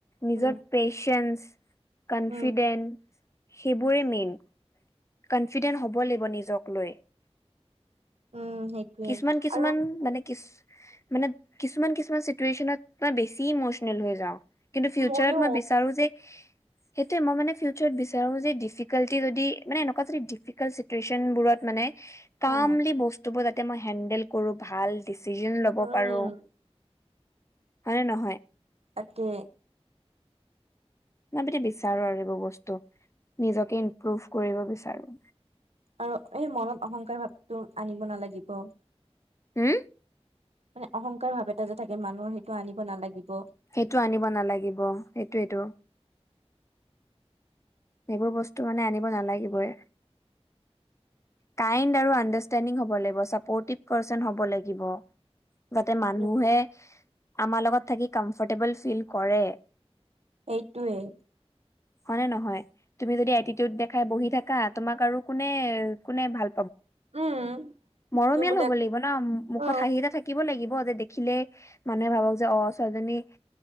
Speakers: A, on the left (about 25°); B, on the right (about 75°).
A: নিজৰ
B: উম।
A: পেচেন্ঞ্চ কনফিডেন্স
B: উম,
A: সেইবোৰে মেইন। কনফিডেন্ট হ'ব লাগিব নিজক লৈ।
B: উম, সেইটোয়ে
A: কিছুমান কিছুমান
B: আৰু
A: মানে কি। মানে কিছুমান কিছুমান চিটুৱে্যনত মই বেছি ইমচনেল হৈ যাওঁ। কিন্তু ফিউচাৰত
B: ময়ো
A: মই বিচাৰো যে সেইটোৱে মই মানে ফিউচাৰত বিচাৰো যে ডিফিকাল্টি যদি মান এনেকোৱা যদি ডিফিকালট চিটুৱেচনবোৰত মানে কামলি
B: অ'
A: বস্ত যাতে মই হেডেল কৰো ভাল ডিচিজন ল'ব
B: উম।
A: পাৰো। হয়নে নহয়?
B: তাকে।
A: মাপিতি বিচাৰো আৰু এইবোৰ বস্তু নিজকে ইমপ্ৰভ কৰিব বিচাৰো।
B: আৰু এই মনত অহংকাৰ ভাৱটো আনিব নালাগিব।
A: হো
B: মানে অহংকাৰ ভাৱ এটা যে থাকে মানুহৰ সেইটো আনিব নালাগিব।
A: সেইটো আনিব নালাগিব সেইটোয়েটো। সেইবোৰ বস্তু মানে আনিব নালাগিবই। কাইণ্ড আৰু আণ্ডাৰষ্টেণ্ডিং হ'ব লাগিব ছাপ'ৰ্টিভ পাৰ্চন হ'ব লাগিব। যাতে মানুহে
B: উম।
A: আমাৰ লগত থাকি কম্ফৰ্টেবল ফিল কৰে।
B: এইটোৱেই।
A: হয় নে নহয়? তুমি যদি এটিটিউড দেখাই বহি থাকা তোমাক আৰু কোনে কোনে ভাল
B: উম
A: মৰমিয়াল
B: তুমি বোলে
A: হব লাগিব ন, মুখত
B: অ
A: হাঁহি এটা থাকিব লাগিব। যে দেখিলে মানুহে ভাবক যে অ ছোৱালী জনী